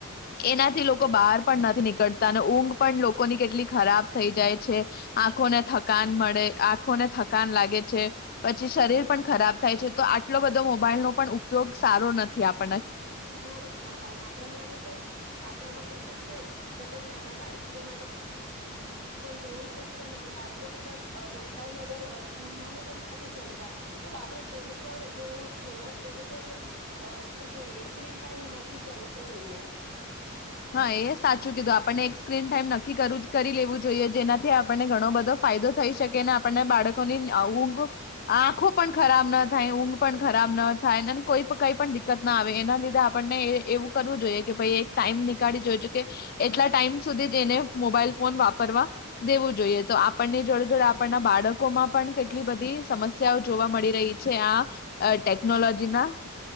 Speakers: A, on the left; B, on the right.
A: એના થી લોકો બહાર પણ નથી નીકળતા અને ઊંઘ લોકોની કેટલી ખરાબ થઈ જાય છે આંખોને થકાન મળે આંખોને થકાન લાગે પછી શરીર પણ ખરાબ થાય છે તો આટલો બધો મોબાઈલનો પણ ઉપયોગ સારો નથી આપ
B: હા હા અને આપણા માટે તો આપણા માટે તો છે જ પણ તમે નાના બાળકો કો માટે પણ જોયું છે નાના બાળકો પણ મોબાઈલ વગર જમવાનું પણ નથી જમતા તો આપણે એમાં પણ જોવું જોઈએ એ લોકોનો શું કેય એ સ્ક્રીન ટાઈમ નક્કી કરવો જોઈએ.
A: હા એ સાચું કીધું આપણને એક સ્ક્રીન ટાઈમ નક્કી કરી લેવું જોઈએ જેનાથી આપણને ઘણો બધો ફાયદો થઈ શકે ને આપણને બાળકોની આવું <unintelligible> ગો આંખો પણ ખરાબ ન થાય ઊંઘ પણ ખરાબ ન થાય અને કોઈ કઈ પણ દિકકત ના આવે એના આપણને એવું કરવું જોઈએ. કે ભાઈ એક ટાઈમની ગાડી જોજ એટલા ટાઈમ સુધી જેને મોબાઈલ ફોન વાપરવા દેવું જોઈએ તો આપણને જોડે જોડે આપણના બાળકોમાં પણ કેટલી બધી સમસ્યાઓ જોવા મળી રહી છે આ ટેકનોલોજીના